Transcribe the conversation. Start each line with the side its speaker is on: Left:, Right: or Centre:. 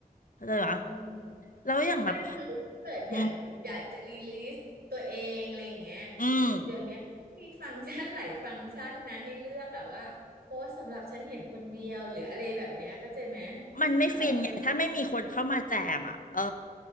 Left: เข้าใจปะ
Right: อืมไม่คือถ้าเกิดอย่างอยากจะรีลิสตัวเองอะไรอย่างเงี้ย
Left: แล้วอย่างแบบอืมอืม
Right: เดี๋ยวเนี้ยมีฟังก์ชันหลายฟังก์ชันนะให้เลือกอะว่าโพสต์สำหรับฉันเห็นคนเดียวหรืออะไรแบบเนี้ยเข้าใจไหม
Left: มันไม่ฟินไงถ้าไม่มีคนเข้ามาแจมอ่ะเออ
Right: เออเออ